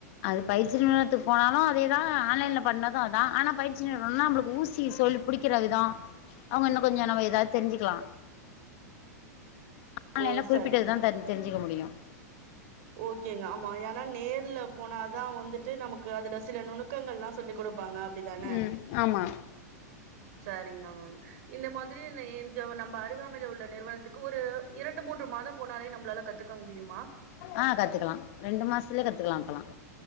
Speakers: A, on the left (about 50°); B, on the right (about 55°).
A: அது பயிற்சி நிறுவனத்துக்கு போனாலு அதே தா ஆன்லைன்ல பண்ணது அதா ஆனா பயிற்சி நிறுவனம்னா நம்மளுக்கு ஊசி சொல்லி புடிக்கிற விதம் அவங்க இன்னு கொஞ்ச நம்ம ஏதாவது தெரிஞ்சிக்கலா ஆன்லைன்ல
B: ஓ! சரிங்க.
A: குறிப்பிட்டது தா தரி தெரிஞ்ச <unintelligible> முடியும்
B: ஓகேங்க, ஆமா ஏன்னா நேர்ல போனா தா வந்திட்டு நமக்கு அதுல சில நுணுக்கங்கள்லா சொல்லிக் கொடுப் ப்பாங்க அப்டி தான
A: ம் ஆமா
B: சரிங்க <unintelligible> இந்த மாதிரி <unintelligible> <unintelligible> நம்ப அருகாமைல உள்ள நிறுவனத்துக்கு ஒரு இரண்டு மூன்று மாதம் போனாலே நம் ளால கத்துக்க முடியுமா?
A: ஆ கத்துக்கலா ரெண்டு மாசத்துலயே கத்துக்கலா இப்பலாம்